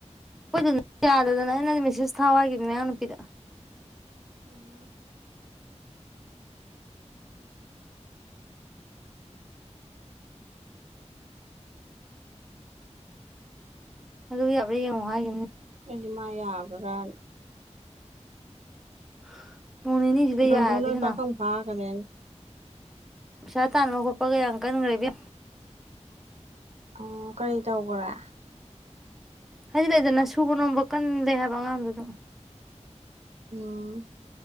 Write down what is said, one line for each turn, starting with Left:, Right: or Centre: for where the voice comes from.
Centre: ꯑꯩꯈꯣꯏꯗ ꯅꯪ ꯌꯥꯗꯗꯅ ꯑꯩꯅ ꯃꯦꯁꯦꯁ ꯊꯥꯋꯥ ꯍꯥꯏꯈꯤꯕꯅꯤ ꯃꯌꯥꯡ ꯅꯨꯄꯤꯗ
Right: ꯎꯝ
Centre: ꯑꯗꯨꯕꯨ ꯌꯥꯔ ꯌꯦꯡꯉꯨ ꯍꯥꯏ
Right: ꯑꯗꯤ ꯃꯥ ꯌꯥꯕ꯭ꯔꯥ
Centre: <inaudible> ꯌꯥꯔꯗꯤ
Right: ꯗꯣꯜꯗꯣꯜ ꯍꯣꯏ
Centre: ꯁꯅꯥ
Right: ꯄꯥꯈꯪ ꯐꯥꯒꯔꯦ
Centre: ꯄꯩꯁꯥ ꯇꯥꯟꯕ ꯈꯣꯠꯄꯒ ꯌꯥꯝ ꯀꯟꯈ꯭ꯔꯦꯕ
Right: ꯎꯝ ꯀꯔꯤ ꯇꯧꯕ꯭ꯔꯥ
Centre: ꯍꯥꯏꯗꯤ ꯂꯩꯗꯅ ꯁꯨꯕ ꯅꯣꯝꯕ ꯀꯟꯗꯦ ꯍꯥꯏꯕ ꯑꯉꯥꯡꯗ ꯑꯗꯨꯝ
Right: ꯎꯝ